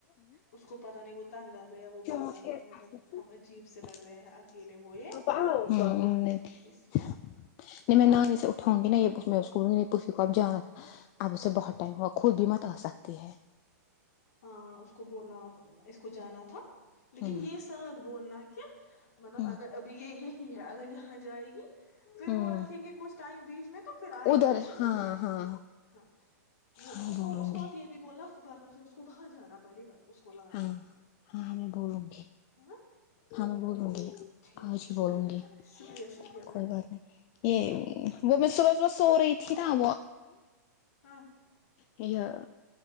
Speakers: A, on the left; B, on the left.
A: اس کو پتا نہیں وہ تنگ آ گیا وہ بول <inaudible>
B: نہیں
A: ہم عجیب سے لگ رہے ہیں اکیلے وہ یہ اس لیے
B: میں نانی جی سے اٹھاؤں گی ن یہ اسکول گی پوفی کو اب جانا تھا اب اسے بہت ٹائم ہوا <inaudible> سکتی ہے
A: ہاں اس کو ب <inaudible> اپنا اس کو جانا تھا <inaudible> لیکن
B: ہ
A: یہ ساتھ بولنا کہ مطلب
B: ہ
A: اگر ابھی یہ یہ ہے اگر یہ جائے گی پھر
B: ہ
A: وہ رکھیں گے کچھ ٹائم بیچ میں تو پھر آئے
B: ادھر
A: گی وہ شفٹ
B: ہاں ہاں
A: ہاں وہ
B: ہاں بولوں
A: کو اس کو
B: گی
A: آپ یہ بھی بولنا ورنہ پھر اس کو باہر جانا پڑے گا اس کو لانے
B: ہاں ہاں ہم بولوں گی
A: ہاں
B: ہاں میں بولوں گی
A: ٹھیک
B: آج
A: ہے
B: ہی بولوں
A: شکریہ
B: گی
A: شکریہ شکریہ
B: کوئی
A: بہن
B: بات نہیں یہ وہ میں صبح صبح سو رہی تھی نا
A: ہاں
B: یا